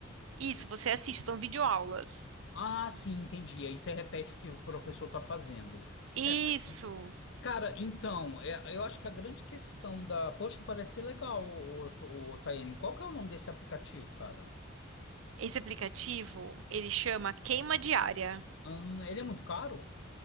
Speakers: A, on the right; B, on the left.
A: Isso, você assiste, são videoaulas.
B: Ah, sim, entendi. Aí você repete o que o professor está fazendo.
A: Isso.
B: É, cara, então, é, eu acho que a grande questão da. Poxa, parece ser legal, o, o, o Tayane. Qual que é o nome desse aplicativo, cara?
A: Esse aplicativo, ele chama Queima Diária.
B: Hum, ele é muito caro?